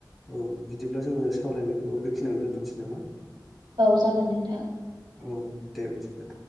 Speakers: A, in the centre; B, on the right (about 85°).
A: औ बिदिब्ला जोङो सावरायनायखौ बेखिनियावनो दोनथनोसै नामा?
B: औ जागोन नोंथां
A: औ दे बिदिब्ला।